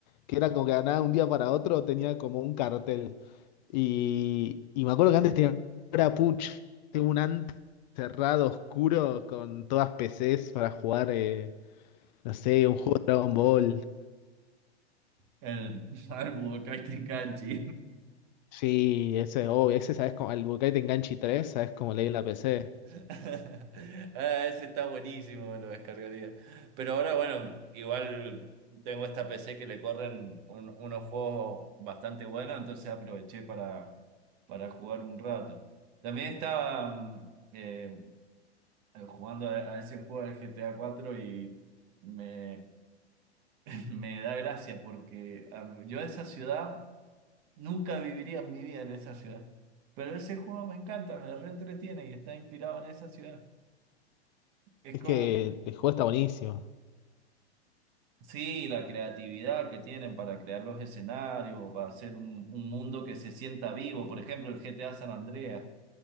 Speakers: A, on the left; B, on the right.
A: que era como que nada, un día para otro tenía como un cartel. Y, y me acuerdo que antes tenía era puch, tenía un antes cerrado, oscuro, con todas PCs para jugar, eh, no sé, un juego de Dragon Ball.
B: El, <laughs> al Budokai Tenkaichi.
A: Sí, ese, oh, ese, ¿sabes? Como, el Budokai Tenganchi tres, ¿sabes? Como leí en la PC.
B: <laughs> Ah, ese está buenísimo, me lo descargaría. Pero ahora, bueno, igual tengo esta PC que le corren un- unos juegos bastante buenos, entonces aproveché para, para jugar un rato. También estaba mm, eh, jugando a, a ese juego del GTA cuatro y me, <laughs> me da gracia porque am, yo esa ciudad nunca viviría en mi vida en esa ciudad. Pero ese juego me encanta, me reentretiene y está inspirado en esa ciudad. Es
A: Es
B: como
A: que el juego está buenísimo.
B: Sí, la creatividad que tienen para crear los escenarios, para hacer un, un mundo que se sienta vivo. Por ejemplo, el GTA San Andreas